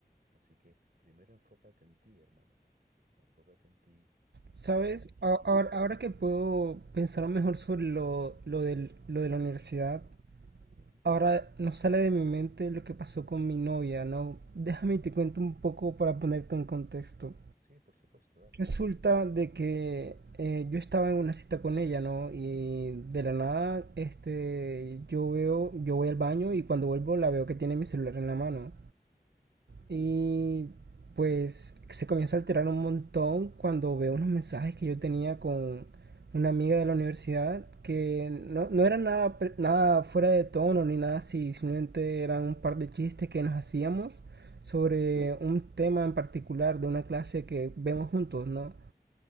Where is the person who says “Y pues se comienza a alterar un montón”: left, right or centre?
Right